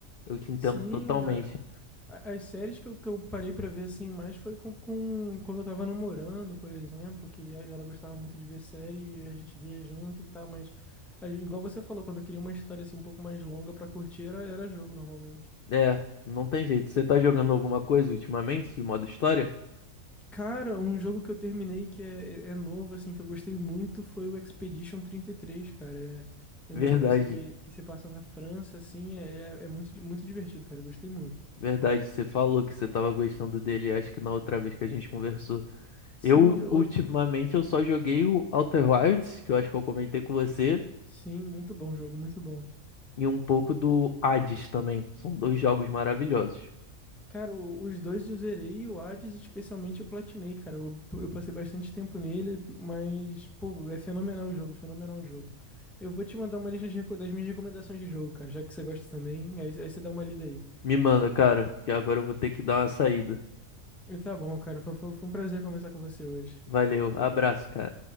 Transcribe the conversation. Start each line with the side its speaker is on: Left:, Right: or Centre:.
Left: Eu te entendo
Centre: Sim,
Left: totalmente.
Centre: A- As séries que eu, que eu parei pra ver assim mais foi com, com- quando eu tava namorando, por exemplo, que e- ela gostava muito de ver série e a gente via junto e tal, mas a- igual você falou, quando eu queria uma história assim um pouco mais longa pra curtir, era, era jogo normalmente.
Left: É, não tem jeito. Você tá jogando alguma coisa ultimamente, de modo história?
Centre: Cara, um jogo que eu terminei que é, é é novo, assim, que eu gostei muito foi o Expedition trinta e três cara. É,
Left: Verdade,
Centre: é um jogo sobre que se passa na França, assim, é, é é muito, di- muito divertido, cara. Eu gostei muito.
Left: verdade. Você falou que você tava gostando dele, acho que na outra vez que a gente conversou.
Centre: Sim,
Left: Eu,
Centre: eu-
Left: ultimamente, eu só joguei o Outer Wilds, que eu acho que eu comentei com você,
Centre: sim, muito bom jogo, muito bom.
Left: e um pouco do Hades também. São dois jogos maravilhosos.
Centre: Cara, o- os dois eu zerei e o Hades especialmente eu platinei, cara. Eu, eu passei bastante tempo nele, mas, pô, é fenomenal o jogo, fenomenal o jogo. Eu vou te mandar uma lista de, reco- das minhas recomendações de jogo, cara, já que você gosta também, aí, aí você dá uma lida aí.
Left: Me manda, cara, que agora eu vou ter que dar uma saída.
Centre: E tá bom, cara, foi, foi foi um prazer conversar com você hoje.
Left: Valeu, abraço, cara.